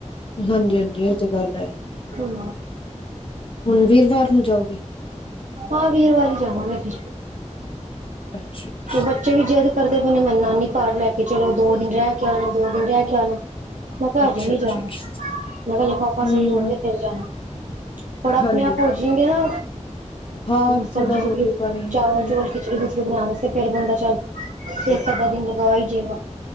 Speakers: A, on the left (about 45°); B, on the right (about 80°).
A: ਹਾਂਜੀ-ਹਾਂਜੀ, ਇਹ ਤਾਂ ਗੱਲ ਹੈ।
B: ਹਾਂ
A: ਹੁਣ, ਵੀਰਵਾਰ ਨੂੰ ਜਾਓਗੇ?
B: ਹਾਂ, ਵੀਰਵਾਰੀ ਜਾਵਾਂਗੇ ਫਿਰ।
A: ਅੱਛਾ ਅੱਛਾ
B: ਬਚੇ ਵੀ ਜਿੱਦ ਕਰਦੇ ਪਏ ਨੇ, ਮੈ ਨਾਨੀ ਘਰ ਲੈਕੇ ਚਲੋ, ਦੋ-ਦਿਨ ਰਹਿਕੇ ਆਣਾ, ਦੋ-ਦਿਨ ਰਹਿਕੇ ਆਣਾ। ਮੈਂ ਕਿਹਾ,
A: ਅੱਛਾ
B: ਹਜੇ ਨਹੀਂ
A: ਅੱਛਾ
B: ਜਾਣਾ।
A: ਅੱਛਾ
B: ਉਹਨਾਂ ਦੇ ਪਾਪਾ
A: ਹਮ
B: ਸਹੀ ਹੋਣਗੇ ਫੇਰ ਜਾਣਾ, ਥੋੜਾ ਆਪਣੇ-ਆਪ
A: ਹਾਂਜੀ
B: ਹੋ ਜਾਣਗੇ ਨਾ
A: ਹਾਂ
B: ਸਬਜ਼ੀ-ਸੁਬਜ਼ੀ,
A: ਥੋੜਾ ਰੋਟੀ ਪਾਣੀ
B: ਚਾਵਲ-ਚੁਵਲ,
A: ਹਮ
B: ਖਿਚੜੀ ਖ ਬਣਾਣ ਅਸਤੇ ਫੇਰ ਬੰਦਾ ਚੱਲ, ਫਿਰ ਇੱਕ-ਅੱਧਾ ਦਿਨ ਲਗਾ ਹੀ ਜੇਗਾ।